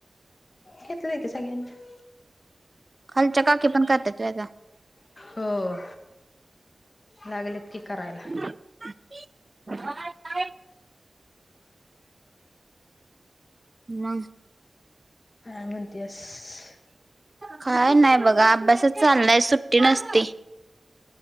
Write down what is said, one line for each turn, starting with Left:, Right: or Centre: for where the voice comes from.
Left: घेतलय की सगळ्यांनी.
Right: खालच्या काकी पण करतात वेदा.
Left: हो लागलेत की करायला.
Right: काकी बघत नाही. मग?
Left: काय म्हणतियस?
Right: काय नाही बघा अभ्यासच चाललाय सुट्टी नसती.